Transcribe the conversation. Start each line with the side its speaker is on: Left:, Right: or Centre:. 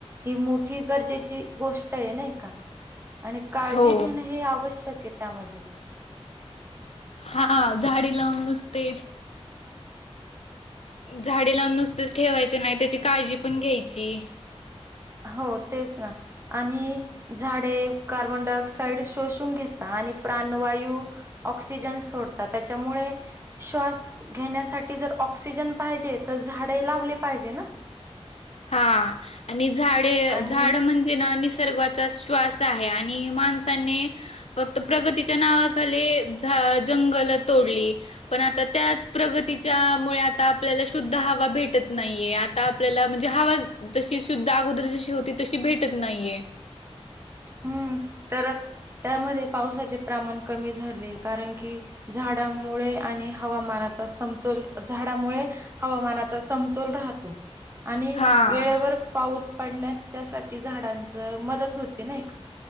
Right: ही मोठी गरजेची गोष्ट आहे ना का आणि काळजी
Left: हो
Right: घेणं हे आवश्य शक्य त्या मध्ये
Left: हा झाडे लावून तेन झाडे लावून नुसतेच ठेवायच नाही त्याची काळजी पण घ्यायची
Right: हो तेच ना आणि झाडे कार्बन डाय ऑक्साइड शोषून घेता आणि प्राणवायू ऑक्सिजन सोडता त्याच्यामुळे श्वास घेण्यासाठी जर ऑक्सिजन पाहिजे तर झाडे लावले पाहिजे ना
Left: हा आणि झाडे
Right: आणि
Left: झाड म्हणजे ना निसर्गाचा श्वास आहे आणि माणसाने फक्त प्रगतीच्या नावाखाली जंगल तोडली पण आता त्याच प्रगतीच्या मुळे आता आपल्याला शुद्ध हवा भेटत नाहीये आता आपल्याला म्हणजे हवा जशी सुद्धा अगोदर जशी होती तशी भेटत नाहीये
Right: हम्म, तर त्यामध्ये पावसाचे प्रमाण कमी झाले कारण की झाडामुळे आणि हवामानाचा समतोल झाडामुळे हवामानाचा समतोल राहतो आणि
Left: हा.
Right: वेळेवर पाऊस पडण्यास त्यासाठी झाडांच मदत होत ते नाही का